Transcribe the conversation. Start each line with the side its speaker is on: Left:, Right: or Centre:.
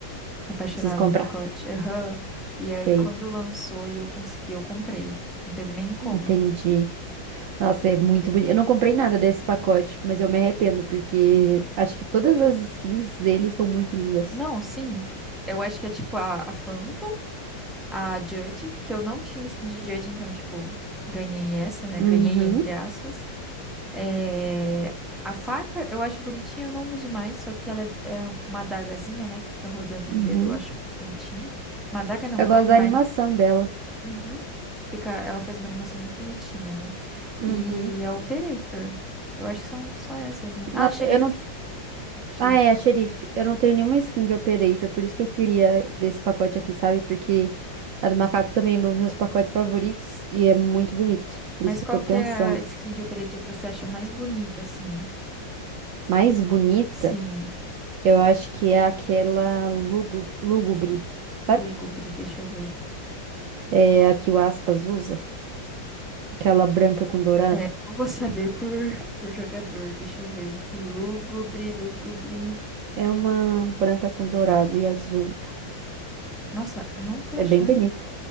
Centre: apaixonada
Right: Preciso comprar.
Centre: no pacote. Aham. E aí,
Right: Sei.
Centre: quando lançou e eu consegui, eu comprei. Não teve nem como.
Right: Entendi. Nossa, é muito bonito. Eu não comprei nada desse pacote, mas eu me arrependo porque acho que todas as skins dele são muito lindas.
Centre: Não, sim. Eu acho que é tipo a, a Phantom, a Judge, que eu não tinha skin de Judge, então, tipo, ganhei essa, né?
Right: Uhum,
Centre: Ganhei entre aspas. É... A faca eu acho bonitinha, eu não uso mais, só que ela é, é uma adagazinha, né? Que fica rodando
Right: uhum.
Centre: no dedo, eu acho muito bonitinha. Uma adaga não, uma
Right: Eu gosto
Centre: kunai.
Right: da animação dela.
Centre: Uhum. Fica, ela faz uma animação muito bonitinha, né?
Right: Uhum.
Centre: E a Operator. Eu acho que são só essas, né? Ah,
Right: Nossa,
Centre: Xerife.
Right: eu não
Centre: Xerife.
Right: Ah, é, xerife. Eu não tenho nenhuma skin de Operator, por isso que eu queria desse pacote aqui, sabe? Porque a do macaco também é um dos meus pacotes favoritos e é muito bonito. Por
Centre: Mas
Right: isso que
Centre: qual
Right: eu tô pensando.
Centre: que é a skin de Operator que você acha mais bonita, assim?
Right: Mais bonita,
Centre: Sim,
Right: eu acho que é aquela lugu- lúgubre, sabe?
Centre: lúgubre, deixa eu ver.
Right: É a que o Aspas usa, aquela branca com dourado.
Centre: É, não vou saber por, por jogador, deixa eu ver. Lúgubre, lúgubre.
Right: É uma branca com dourado e azul.
Centre: Nossa, eu não tô
Right: É
Centre: achando.
Right: bem bonita.